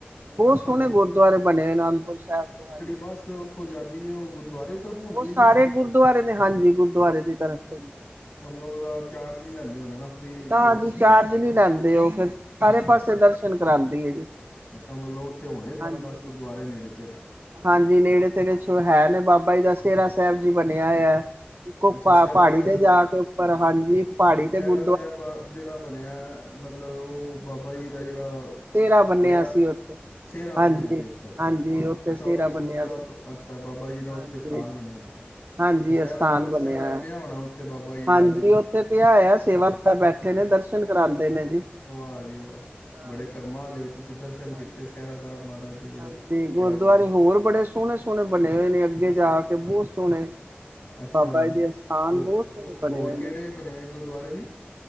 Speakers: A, on the right; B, on the left.
A: ਬਹੁਤ
B: ਅੱਛਾ
A: ਸੋਹਣੇ
B: ਜੀ
A: ਗੁਰਦੁਆਰੇ ਬਣੇ ਅਨੰਦਪੁਰ ਸਾਹਿਬ ਤੋਂ ਹਾਂਜੀ।
B: ਬਸ ਹੋ ਜਾਂਦੀ ਹੈ ਉਹ ਗੁਰਦੁਆਰੇ। ਤਰਫੋਂ ਹੁੰਦੀ
A: ਉਹ ਸਾਰੇ
B: ਹੈ ਜੀ
A: ਗੁਰਦੁਆਰੇ ਨੇ ਹਾਂਜੀ ਗੁਰਦੁਆਰੇ ਦੀ ਤਰਫ਼ ਤੋਂ ਵੀ
B: ਮਤਲਬ ਉਹਦਾ ਚਾਰਜ ਨੀ ਲੈਂਦੇ ਹੋਣੇ ਨਾ। ਫ੍ਰਰੀ
A: ਨਾ
B: ਕੋਸਟ
A: ਜੀ
B: ਹੁੰਦੀ
A: ਚਾਰਜ
B: ਹੋਣੀ
A: ਨੀ ਲੈਂਦੇ ਉਹ ਫਿਰ ਸਾਰੇ
B: ਅੱਛਾ
A: ਪਾਸੇ
B: ਅੱਛਾ
A: ਦਰਸ਼ਨ ਕਰਉਂਦੀ ਆ ਜੀ।
B: ਅੱਛਾ ਮਤਲਬ ਉੱਥੇ ਹੋਣੇ
A: ਹਾਂਜੀ
B: ਪੰਜ ਦਸ ਗੁਰਦੁਆਰੇ ਨੇੜੇ ਤੇੜੇ।
A: ਹਾਂਜੀ, ਨੇੜੇ ਤੇੜੇ ਚ ਹੈ ਨੇ ਬਾਬਾ ਜੀ ਦਾ ਸੇਹਰਾ ਸਾਹਿਬ ਜੀ ਬਣਿਆ ਹੋਇਆ। ਪ
B: ਅੱਛਾ
A: ਪਹਾੜੀ
B: ਸਹਿਰਾ ਸਾਹਿਬ
A: ਤੇ ਜਾ ਕੇ ਉੱਪਰ ਹਾਂਜੀ ਇੱਕ ਪਹਾੜੀ ਤੇ
B: ਸਹਿਰਾ
A: ਗੁ
B: ਸਾਹਿਬ ਜਿਹੜਾ ਬਣਿਆ ਮਤਲਬ ਉਹ ਬਾਬਾ ਜੀ ਦਾ ਜਿਹੜਾ
A: ਤੇਰਾਂ ਬੰਨਿਆ
B: ਵਿਆਹ
A: ਸੀ ਉੱਥੇ
B: ਸਿਹਰਾ
A: ਹਾਂਜੀ
B: ਬਣਿਆ ਸੀ ਅੱਛਾ ਅੱਛਾ
A: ਹਾਂਜੀ, ਉੱਥੇ
B: ਅੱਛਾ
A: ਸੇਰਾ ਬੰਨਿਆ
B: ਗੁਰੂ ਸਾਹਿਬ
A: ਸੀ
B: ਅੱਛਾ ਬਾਬਾ ਜੀ ਦਾ
A: ਹਾਂਜੀ।
B: ਉੱਥੇ ਸਥਾਨ ਬਣਿਆ ਹੋਇਆ
A: ਹਾਂਜੀ,
B: ਅੱਛਾ ਸਿਹਰਾ
A: ਅਥਾਨ
B: ਫਿਰ
A: ਬਣਿਆ
B: ਸਿਹਰਾ
A: ਹੈ
B: ਪਿਆ ਹੋਣਾ ਉੱਥੇ ਬਾਬਾ ਜੀ
A: ਹਾਂਜੀ
B: ਦਾ ਅੱਜ ਵੀ
A: ਉਹ ਥੇ ਪਿਆਆ ਸੇਵਾਦਾਰ ਬੈਠੇ ਨੇ ਦਰਸ਼ਨ ਕਰਾਉਂਦੇ ਨੇ ਜੀ।
B: ਆ ਜੀ ਵਾਹ
A: ਹਾਂਜੀ
B: ਬੜੇ ਕਰਮਾ ਲੇਓ ਤੁਸੀਂ ਦਰਸ਼ਨ
A: ਹਾਂਜੀ
B: ਕੀਤੇ ਸਹਿਰਾ ਸਾਹਿਬ ਮਹਾਰਾਜ ਜੀ ਦੇ
A: ਹਾਂਜੀ ਗੁਰਦੁਆਰੇ
B: ਕਿਆ ਬਾਤ
A: ਹੋਰ
B: ਹੈ
A: ਬੜੇ ਸੋਹਣੇ ਸੋਹਣੇ ਬਣੇ ਹੋਏ ਨੇ ਅੱਗੇ ਜਾ ਕੇ ਬਹੁਤ ਸੋਹਣੇ
B: ਅੱਛਾ
A: ਬਾਬਾ ਜੀ ਦੇ ਅਸਥਾਨ
B: ਹੋ
A: ਬਹੁਤ ਸੋਹਣੇ ਬਣੇ
B: ਹੋਰ
A: ਹੋਏ
B: ਕਿਹੜੇ
A: ਨੇ
B: ਬਣੇ ਗੁਰਦੁਆਰੇ ਜੀ?